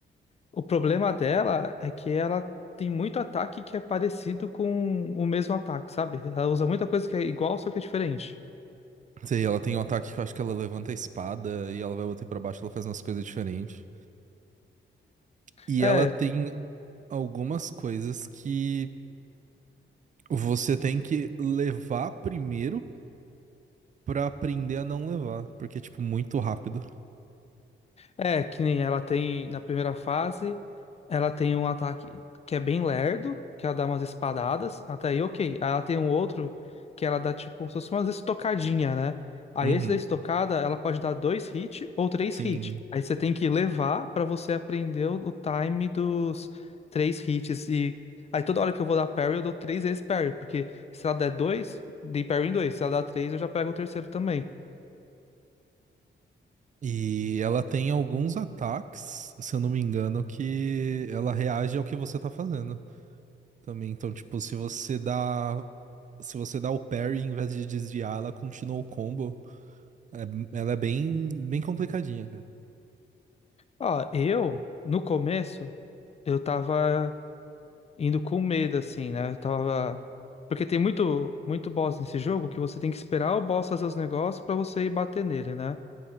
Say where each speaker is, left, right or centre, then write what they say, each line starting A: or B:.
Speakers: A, on the left (about 30°); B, on the right (about 40°).
A: o problema dela é que ela tem muito ataque que é parecido com o mesmo ataque, sabe? Ela usa muita coisa que é igual, só que é diferente.
B: Sei, ela tem um ataque que eu acho que ela levanta a espada e ela vai bater pra baixo, ela faz umas coisas diferentes. E
A: É,
B: ela tem algumas coisas que você tem que levar primeiro pra aprender a não levar, porque é tipo muito rápido.
A: É, que nem ela tem na primeira fase, ela tem um ataque que é bem lerdo, que ela dá umas espadadas, até aí ok. Aí Ela tem um outro que ela dá tipo como se fosse umas estocadinha, né? Aí
B: Uhum.
A: esse da estocada, ela pode dar dois hits ou três
B: Sim.
A: hits. Aí você tem que levar pra você aprender o o time dos três hits e aí toda hora que eu vou dar parry, eu dou três vezes parry, porque se ela der dois, dei parry em dois, se ela dar três, eu já pego o terceiro também.
B: E ela tem alguns ataques, se eu não me engano, que ela reage ao que você tá fazendo também. Então, tipo, se você dá, se você dá o parry em vez de desviar, ela continua o combo. É- ela é bem, bem complicadinha, cara.
A: Ó, eu no começo eu tava. indo com medo, assim, né? Eu tava. Porque tem muito, muito boss nesse jogo que você tem que esperar o boss fazer os negócios pra você ir bater nele, né?